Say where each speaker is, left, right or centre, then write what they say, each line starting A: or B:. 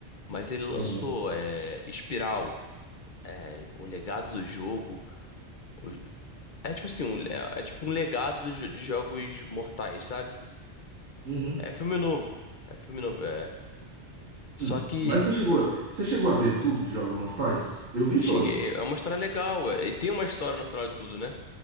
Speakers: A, on the left; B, on the right.
A: Mas ele lançou
B: Uhum.
A: é, Espiral, é, O Legado do Jogo. o- é tipo assim, um, é, é tipo um legado do jo- de, Jogos Mortais, sabe?
B: Uhum.
A: É
B: <clears throat>
A: filme novo. É filme novo, é. Só
B: Hum.
A: que
B: Mas você chegou, você chegou a ver tudo de Jogos Mortais? Eu vi todos.
A: cheguei. É uma história legal, é, e tem uma história no final de tudo, né?